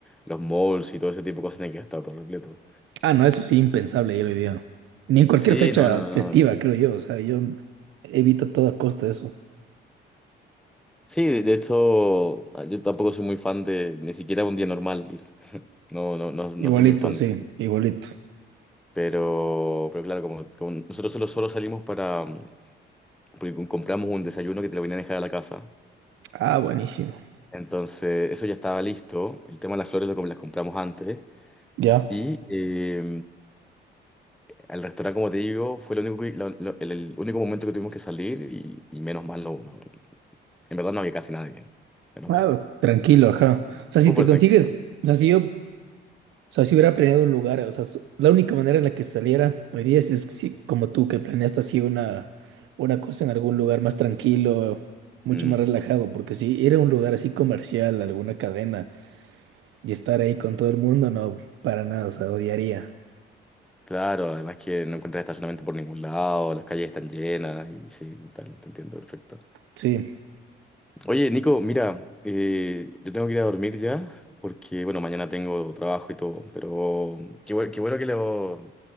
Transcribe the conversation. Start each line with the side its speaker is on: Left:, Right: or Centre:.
Centre: los malls y todo ese tipo de cosas tienen que estar por completo.
Right: Ah, no, eso sí, impensable ayer hoy día. Ni en cualquier
Centre: Sí,
Right: fecha
Centre: no, no, no, no.
Right: festiva,
Centre: no.
Right: creo yo, o sea, yo evito a toda costa eso.
Centre: Sí, de de hecho, ah, yo tampoco soy muy fan de ni siquiera un día normal ir. No, no, no, no
Right: Igualito,
Centre: soy muy fan
Right: sí,
Centre: de.
Right: igualito.
Centre: Pero, pero claro, como, como nosotros solo, solo salimos para. mm, Porque com- compramos un desayuno que te lo venían a dejar a la casa.
Right: Ah, buenísimo.
Centre: Entonces, eso ya estaba listo. El tema de las flores lo, com- las compramos antes.
Right: Ya.
Centre: Y eh, al restaurante, como te digo, fue lo único que- lo- lo- el, el único momento que tuvimos que salir y, y menos mal no, no- En verdad no había casi nadie. Menos
Right: Ah,
Centre: mal.
Right: tranquilo, ajá. O sea, si
Centre: Súper
Right: te consigues,
Centre: tranquilo.
Right: o sea, si yo, o sea, si hubiera planeado un lugar, o sea, so- la única manera en la que saliera hoy día es, es que si, como tú, que planeaste así una, una cosa en algún lugar más tranquilo, mucho
Centre: Mm.
Right: más relajado, porque si ir a un lugar así comercial, alguna cadena, y estar ahí con todo el mundo, no, para nada, o sea, odiaría.
Centre: Claro, además que no encontrás estacionamiento por ningún lado, las calles están llenas y sí, tal, te entiendo perfecto.
Right: Sí.
Centre: Oye, Nico, mira, eh, yo tengo que ir a dormir ya porque, bueno, mañana tengo trabajo y todo, pero qué, bue- qué bueno que, lo,